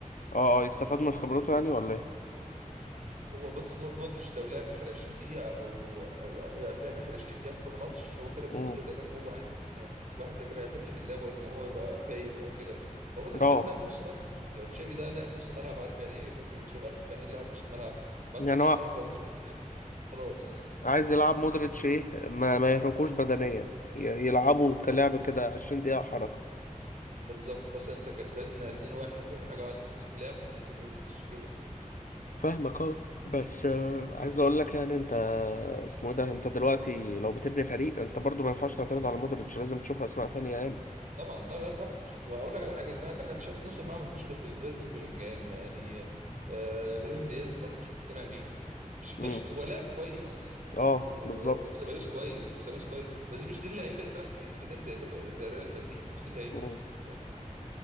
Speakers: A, on the left; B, on the right.
A: اه يستفاد من خبرته يعني ولا ايه
B: بز- هو بص مو- مودريتش لو لعب اخر 20 دقيقه او او أو- فاهم اخر 20 دقيقه في كل ماتش هو كده بالنسبه
A: امم
B: له تمام هو عارف ان واحد زي كده هيمسك اللعبه وقت ما هو يبقى فايز او كده هو برضه دماغ
A: اه
B: لاعب نص ملعب تشافي ده لاعب نص ملعب عارف يعني ايه مودريتش عارف يعني ايه لاعب نص الملعب عارف
A: يعني
B: إن نص
A: هو
B: الملعب لو مسك اللعب خلاص
A: عايز يلعب مودريتش ايه ما, ما يهركوش بدنيا ي- يلعبوا
B: بالظبط
A: كلعب كده 20 دقيقة حركة
B: بالظبط مثلا انت كسبان 2-1 ولا حاجه وعايز تمسك لعب نازل مودريتش كده
A: فاهمك اه بس آه، عايز اقول لك يعني انت اسمه ايه ده انت دلوقتي لو بتبني فريق انت برضو ما ينفعش تعتمد على مودريتش لازم تشوف اسماء تانية ياما
B: طبعا لا لا طبعا واقول لك على حاجه انت عندك انا شايف نص الملعب مفيش غير فالفيردي وبيلينجهام يعني آه ابراهيم دياز برضه مش مقتنع بيه مش
A: امم
B: مش هو لاعب كويس
A: اه
B: و-
A: بالظبط
B: وسيبايوس كويس وسيبايوس كويس بس مش دي اللعيبه اللي تلعب في في نادي زي ليف- زي ريال مدريد مش دي اللعيبه
A: مم.
B: فاهم